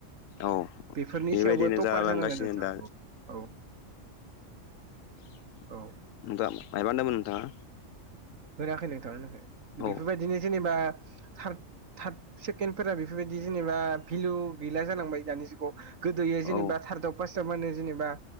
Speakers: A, on the left; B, on the right.
A: औ
B: बेफोरनि
A: बेबायदिनो
B: सायावबो थपार
A: जालांगासिनो
B: जानांगोन नोंथां
A: दा
B: औ औ
A: <inaudible>
B: औ
A: नोंथाङा मायबा होनदोंमोन नोंथाङा?
B: होनाखै नों
A: औ
B: बेफोरबायदिनो जेनेबा थां थार्द सेकेणडफोरा बेफोरबायदि जेनेबा भेलु गैला जालांबाय दानि जुगाव। गोदोयो जेनेबा
A: औ
B: थार्दआव पास्टआव माने जेनेबा